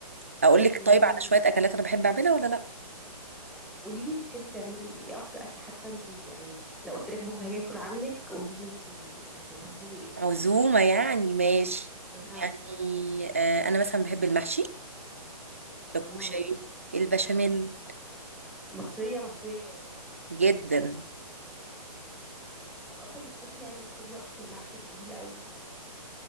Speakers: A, on the right; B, in the centre.
A: اقول لك طيب
B: مهم.
A: على شوية اكلات انا بحب اعملها ولا لا
B: قوليلي بتحبي تعملي ايه ايه أكتر أكل حتى انتي يعني لو قلت لك بكرة هاجي أكل عندك قوليلي انتي هتطبخي لي ايه
A: عزومة يعني ماشي
B: أها
A: يعني أه انا مثلا بحب المحشي الكشري
B: اه
A: البشاميل
B: مصرية مصرية يعني
A: جدا
B: طب أصلا بتحبي يعني بتحبي وقفة المحشي الطويلة قوي دي